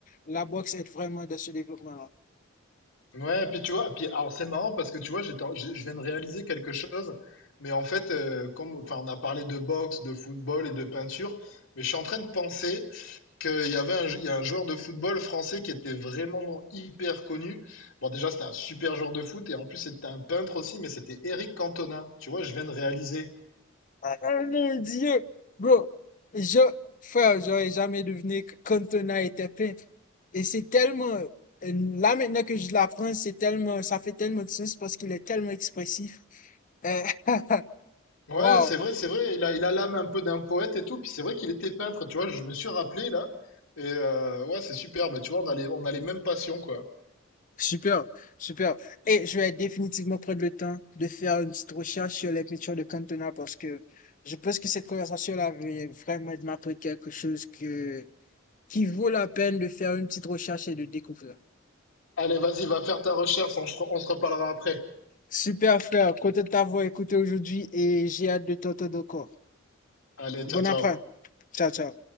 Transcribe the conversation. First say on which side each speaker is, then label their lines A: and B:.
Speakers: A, on the left; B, on the left.
A: La boxe aide vraiment dans ce développement-là.
B: Ouais, puis tu vois, puis alors c'est marrant parce que tu vois, j'étais en- je je viens de réaliser quelque chose, mais en fait, euh, comme, enfin, on a parlé de boxe, de football et de peinture, mais je suis en train de penser qu'il y avait un, il y a un joueur de football français qui était vraiment hyper connu. Bon, déjà, c'était un super joueur de foot et en plus, c'était un peintre aussi, mais c'était Eric Cantona. Tu vois, je viens de réaliser.
A: Oh mon Dieu! Bro, je, frère, j'aurais jamais deviné que Cantona était peintre. Et c'est tellement, euh, là maintenant que je l'apprends, c'est tellement, ça fait tellement de sens parce qu'il est tellement expressif. Euh, <laughs>
B: Ouais,
A: Wow.
B: c'est vrai, c'est vrai. Il a, il a l'âme un peu d'un poète et tout. Puis c'est vrai qu'il était peintre, tu vois. Je me suis rappelé là. Et euh, ouais, c'est super. Bah, tu vois, on a les, on a les mêmes passions, quoi.
A: Super, super. Et je vais définitivement prendre le temps de faire une petite recherche sur les peintures de Cantona parce que je pense que cette conversation-là avait vraiment de m'apprendre quelque chose que, qui vaut la peine de faire une petite recherche et de découvrir.
B: Allez, vas-y, va faire ta recherche. On, se- on se reparlera après.
A: Super, frère. Content de t'avoir écouté aujourd'hui et j'ai hâte de t'entendre encore.
B: Allez,
A: Bon
B: ciao, ciao.
A: après. Ciao, ciao.